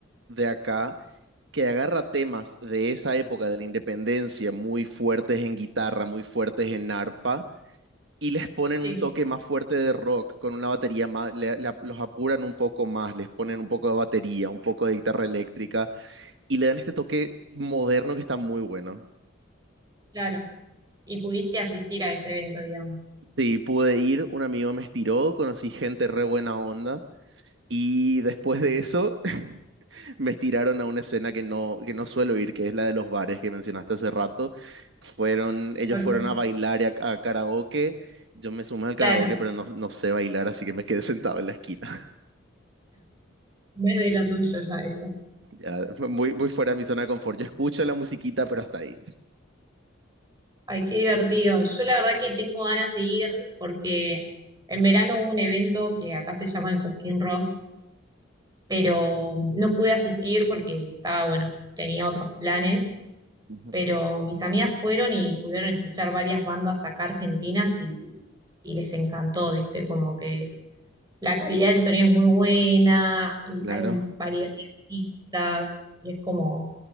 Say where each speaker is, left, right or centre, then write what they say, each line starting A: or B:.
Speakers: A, on the right (about 65°); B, on the right (about 20°).
A: de acá que agarra temas de esa época de la independencia, muy fuertes en guitarra, muy fuertes en arpa y les ponen
B: Sí,
A: un toque más fuerte de rock, con una batería más, le- le- los apuran un poco más, les ponen un poco de batería, un poco de guitarra eléctrica y le dan este toque moderno que está muy bueno.
B: claro. Y pudiste asistir a ese evento, digamos.
A: Sí, pude ir, un amigo me estiró, conocí gente re buena onda y después de eso <laughs> me estiraron a una escena que no, que no suelo ir, que es la de los bares que mencionaste hace rato. Fueron, ellos
B: Ok,
A: fueron a bailar y a, a karaoke. Yo me sumé al karaoke,
B: Claro.
A: pero no, no sé bailar, así que me quedé <laughs> sentado en la esquina.
B: No es de lo tuyo ya eso.
A: Ya, <laughs> muy, muy fuera de mi zona de confort. Yo escucho la musiquita, pero hasta ahí.
B: Ay, qué divertido. Yo la verdad que tengo ganas de ir porque en verano hubo un evento que acá se llama el Cusquín Rock, pero no pude asistir porque estaba, bueno, tenía otros planes,
A: Ujú.
B: pero mis amigas fueron y pudieron escuchar varias bandas acá argentinas y, y les encantó, ¿viste? Como que la calidad del sonido es muy buena, y
A: Claro,
B: hay variedad de artistas y es como,